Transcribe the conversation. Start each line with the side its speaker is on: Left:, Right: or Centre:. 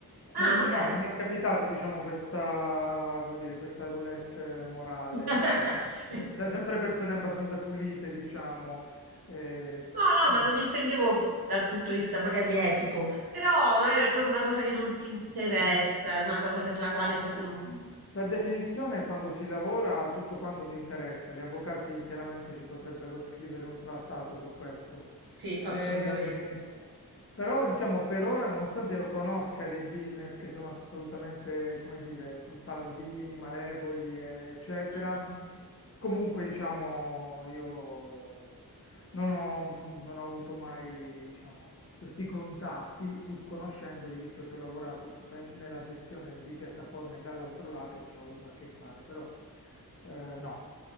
Right: Ah,
Left: non-
Right: ok.
Left: no, non mi è capitato, diciamo, questa, come dire, questa roulette morale
Right: <laughs>
Left: al momento.
Right: Sì.
Left: Cioè, sempre persone abbastanza pulite, diciamo. eh,
Right: No, no, ma
Left: mm.
Right: non intendevo dal punto di vista magari etico, però magari è proprio una cosa che non ti interessa, è una cosa per la quale
Left: No,
Right: proprio
Left: al-
Right: non...
Left: per definizione quando si lavora tutto quanto ti interessa, gli avvocati chiaramente ci potrebbero scrivere un trattato su questo.
Right: Sì, assolutamente.
Left: Eh, però diciamo per ora, nonostante io conosca dei business che sono assolutamente, come dire, truffaldini, malevoli, eh, eccetera,
Right: Mm, mm.
Left: Comunque diciamo io non ho, mhmm, non ho avuto mai diciamo, questi contatti, pur conoscendoli, visto che ho lavorato ben- nella gestione di piattaforme dall'altro lato e ci ho avuto a che fare, però eh, no,